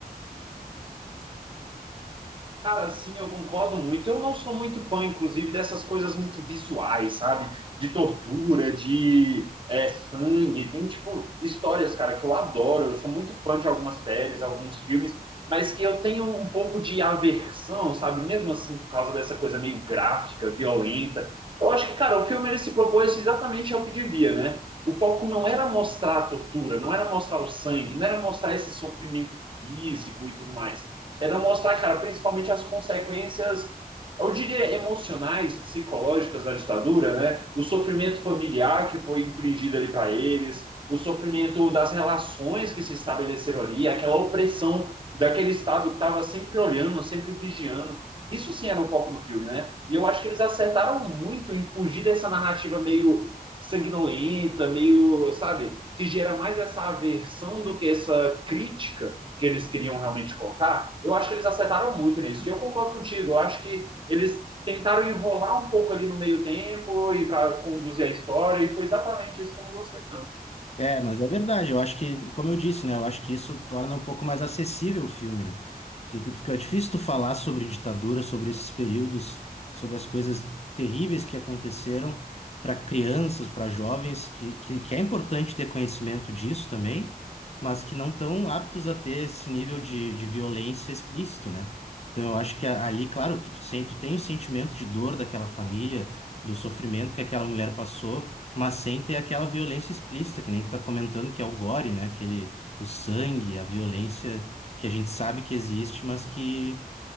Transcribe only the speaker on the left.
É, mas é verdade. Eu acho que, como eu disse, né? Eu acho que isso torna um pouco mais acessível o filme, né? Porque tu- fica é difícil tu falar sobre ditadura, sobre esses períodos, sobre as coisas terríveis que aconteceram para crianças, para jovens, que, que, que é importante ter conhecimento disso também, mas que não estão aptos a ter esse nível de, de violência explícito, né? Então eu acho que a- ali, claro, que tu, sen- tu tem o sentimento de dor daquela família, do sofrimento que aquela mulher passou. Mas sem ter aquela violência explícita, que nem tu tá comentando, que é o gore, né? Aquele, o sangue, a violência que a gente sabe que existe, mas que